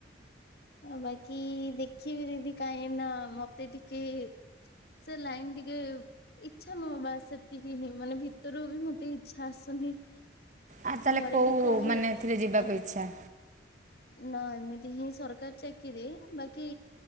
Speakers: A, on the left; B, on the right.
A: ଆ ବାକି ଦେଖିବି ଦିଦି କାହିଁ ନା ମତେ ଟିକେ ସେ ଲାଇନ୍ ଟିକେ ଇଚ୍ଛା ନୁହଁ ବା ସେତିକି ହିଁ ମାନେ ଭିତରୁ ବି ମତେ ଇଚ୍ଛା ଆସୁନି।
B: ଆ ତାହେଲେ
A: ଘରେ
B: କୋଉ
A: ବି କହି
B: ମାନେ ଏଥିରେ ଯିବାକୁ
A: ଆଜ୍ଞା
B: ଇଚ୍ଛା।
A: ନା ଏମିତି ହିଁ ସର କାରି ଚାକିରି ବାକି